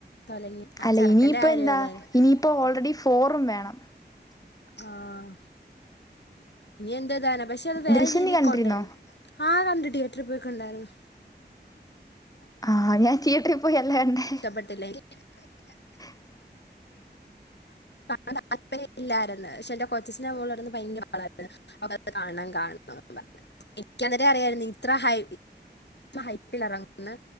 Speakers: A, on the left; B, on the left.
A: തൊലഞ്ഞു ആ
B: അല്ല
A: ചെറുക്കന്റെ
B: ഇനിയിപ്പ
A: കാര്യം
B: എന്താ
A: ഇതായിരുന്നു
B: ഇനിയിപ്പോ ഓൾറെഡി ഫോറും വേണം
A: ആഹ് ഇനി എന്തതാന പക്ഷെ അത് വേറെ
B: ദൃശ്യം
A: രീതിയിൽക്കെ
B: നീ കണ്ടിരുന്നോ
A: ഉണ്ടായിരുന്നു ആഹ് കണ്ട് തിയേറ്ററി പോയിക ണ്ടായിരുന്നു
B: ആഹ് ഞാൻ തിയേറ്ററിൽ പോയിയല്ല കണ്ടേ
A: പട്ടല്ലേ <unintelligible>
B: <unintelligible>
A: അ താല്പര്യ ഇല്ലായിരുന്നു പക്ഷെ എൻ്റെ കൊച്ചച്ചന്റെ മോളായിന്ന് ഭയങ്കര ബഹളമായിരുന്നു അപ്പോൾ അത് കാണണം കാണണംന്ന് പറഞ്ഞ് എനിക്കന്നരം അറിയായിരുന്നു ഇത്ര ഹൈ ഹൈപ്പിൽ ഇറങ്ങന്ന്